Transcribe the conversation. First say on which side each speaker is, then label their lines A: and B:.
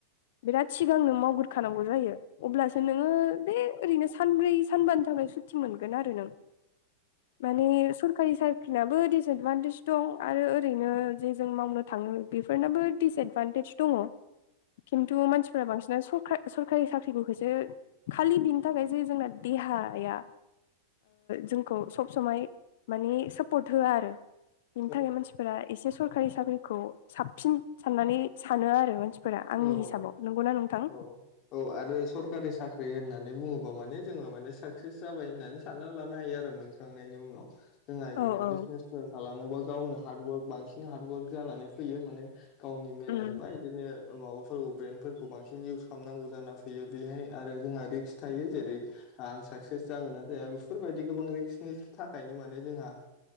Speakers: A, on the left (about 60°); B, on the left (about 45°).
A: बिराद सिगांनो मावग्रो खानांगौ जायो। अब्लासो नोङो बे ओरैनो सानब्रै सानबानि थाखाय सुटि मोनगोन आरो नों। माने सरखारि साखाख्रिनाबो डिसएदभान्टेज दं आरो ओरैनो जे जों मावनो थाङो बेफोरनाबो दिडिसएदभान्टेज दङ। खिन्थु मानसिफोरा बांसिन सरखार सरखारि साख्रिफोरखौसो खालि बिनो थाखायसे जोंना देहाया जोंखौ सब समाय माने सापर्ट होआ आरो
B: औ
A: बिनि थाखाय मानसिफोरा एसे सरखारि साख्रिखौ साबसिन साननानै सानो आरो मानसि फोर आंनि
B: औ
A: हिसाबाव
B: औ
A: नंगौना नोंथां?
B: औ औ आरो सरखारि साख्रि होननानै बुङोबा माने जोङो माने साक्सेस जाबाय होननानै सानना लानो हायो आरो मोनखांनायनि उनाव जोंहा बिदिनो
A: औ औ
B: बिजनेसफोर खालामोबा गावनो हार्दवर्क बांसिन हार्डवर्क जानानै फैयो माने गावनि मेलेम
A: उम
B: बा बिदिनो माबाफोरखौ ब्रेन्डफोरखौ बांसिन इउस खालामनांगौ जाना फैयो बेहाय आरो जोंहा रिक्स थायो जेरै आं साक्सेस जागोन ना जाया बेफोरबायदि गोबां रिक्सनि थाखायनो माने जोंहा